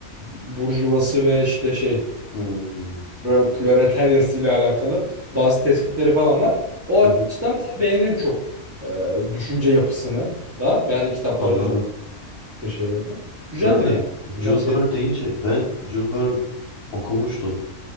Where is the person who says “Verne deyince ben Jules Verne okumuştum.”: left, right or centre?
Left